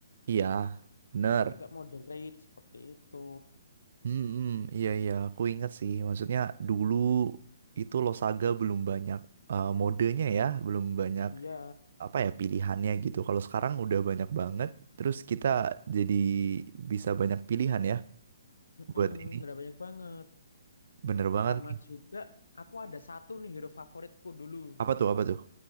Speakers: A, on the right (about 60°); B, on the left (about 75°).
A: Iya, bener.
B: ada juga mode raid seperti itu.
A: Hmm, hmm, iya iya, aku ingat sih. Maksudnya dulu itu Losaga belum banyak eh, modenya ya, belum banyak
B: Iya,
A: apa ya pilihannya gitu. Kalau sekarang udah banyak banget, terus kita jadi bisa banyak pilihan ya
B: mm-mm,
A: buat ini.
B: udah banyak banget.
A: Bener banget
B: Sama
A: nih.
B: juga aku ada satu nih hero favoritku dulu.
A: Apa tuh, apa tuh?